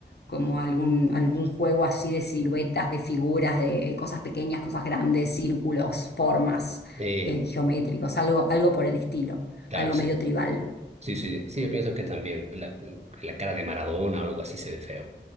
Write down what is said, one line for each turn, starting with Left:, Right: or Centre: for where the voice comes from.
Left: como algún, algún juego así de siluetas, de figuras, de cosas pequeñas, cosas grandes, círculos, formas,
Right: Eh,
Left: eh, geométricos, algo, algo por el estilo,
Right: claro,
Left: algo
Right: sí,
Left: medio tribal.
Right: sí, sí, sí, yo pienso que también la, la cara de Maradona o algo así se ve feo.